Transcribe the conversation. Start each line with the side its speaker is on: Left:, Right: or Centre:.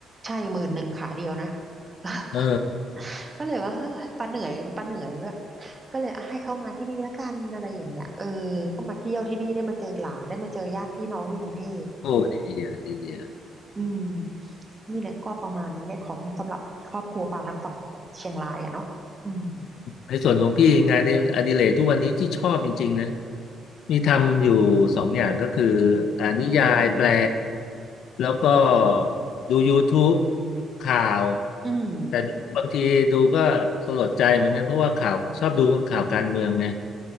Right: ใช่หมื่นหนึ่งขาเดียวนะ <laughs>
Left: เออ
Right: ก็เลยว่าเฮ้ยปาเหนื่อยปาเหนื่อยด้วยก็เลยอ่ะให้เขามาที่นี่แล้วกันอะไรอย่างเงี้ยเออก็มาเที่ยวที่นี่ได้มาเจอหลานได้มาเจอญาติพี่น้องที่กรุงเทพ
Left: โอ้ดีอ่ะดีอ่ะ
Right: อืมนี่แหละก็ประมาณนี้แหละของสำหรับครอบครัวปลาทางฝั่งเชียงรายอะเนาะอืม
Left: ในส่วนของพี่งานอดิอดิเรกทุกวันนี้ที่ชอบจริงๆนะ มีทำอยู่สองอย่างก็คืออ่านนิยายแปลแล้วก็ดู YouTube ข่าว
Right: อืม
Left: แต่บางทีดูก็สลดใจเหมือนกันเพราะว่าข่าวชอบดูข่าวการเมืองไง